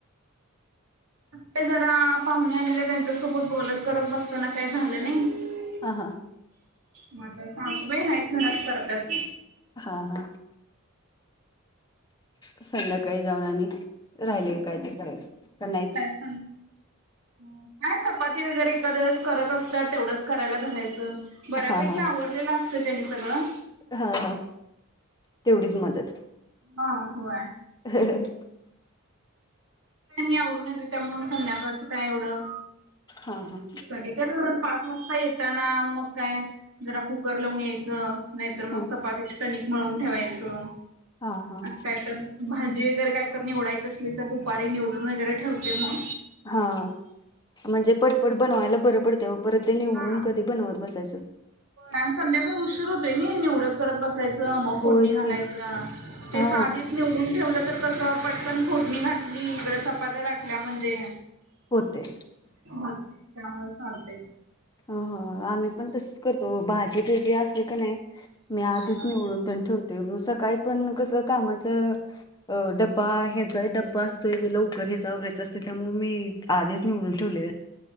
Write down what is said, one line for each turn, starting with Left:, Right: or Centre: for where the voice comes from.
Right: ते जरा पाहुणे आलेल्या त्यांच्यासोबत बोलत करत बसताना काय झालं नाही.
Left: हा हां
Right: म आता सासूबाई आहेत घरात करतात.
Left: हा हा संध्याकाळी जाऊन आणि राहिले कायतरी करायचं का नाहीच
Right: काय नाही चपाती वगैरे एका दिवस करत असतात तेवढंच करायला धरायचं बऱ्यापैकी
Left: हा हा
Right: आवड केलेलं असतं त्यानी सगळं
Left: हा हा तेवढीच मदत.
Right: हा होय
Left: हाह हे
Right: मी आवरून येतो त्यामुळं संध्याकाळचं काय एवढं
Left: हा हा
Right: कधी तर पाच वाजता येताना मग काय जरा कुकर लावून यायचं. नाहीतर
Left: हा
Right: मग चपातीचे कणिक मळून ठेवायचं
Left: हा हा
Right: काय तर भाजी वगैरे काय तर निवडायच असली तर दुपारी निवडून वगैरे ठेवते मग
Left: हा म्हणजे पटपट बनवायला बरं पडते परत ते निवडून
Right: हा.
Left: कधी बनवत बसायचं
Right: आणि संध्याकाळी उशीर होत नाही निवडत करत बसायच मग
Left: होयच
Right: फोडणी घालायचं
Left: की
Right: हे
Left: हा
Right: साधी निवडून ठेवलं तर कसं पटकन फोडणी घातली इकडं चपात्या लाटल्या म्हणजे
Left: होते
Right: म त्यामुळे सांगते
Left: ह ह आम्ही पण तसच करतो भाजी वगळी असली का नाही मी आधीच
Right: हा.
Left: निवडून पण ठेवते मग सकाळी पण कसं कामाचं अ डबा ह्याचा डबा असतोय ते लवकर हे वररायचं असते त्यामुळे मी आधीच निवडून ठेवले